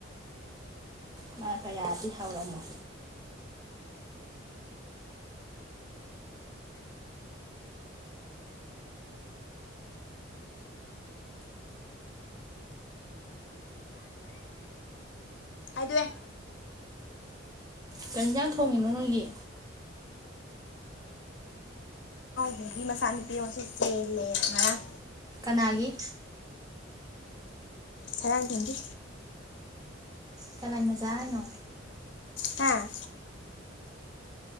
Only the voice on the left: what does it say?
ꯑꯗꯋꯦ
ꯃꯤꯒꯤ ꯃꯆꯥꯅꯨꯄꯤ ꯑꯃꯁꯁꯨ ꯆꯦꯜꯂꯦ ꯉꯔꯥꯡ
ꯁꯔꯥꯡ ꯇꯤꯟꯒꯤꯗꯤ
ꯍꯥꯥ